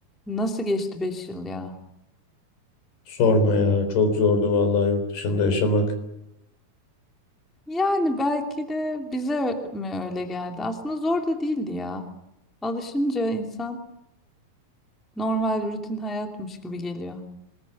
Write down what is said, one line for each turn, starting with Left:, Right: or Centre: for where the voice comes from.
Centre: Nasıl geçti 5 yıl ya?
Left: Sorma ya çok zordu vallahi yurt dışında yaşamak.
Centre: Yani belki de bize mi öyle geldi? Aslında zor da değildi ya. Alışınca insan normal rutin hayatmış gibi geliyor.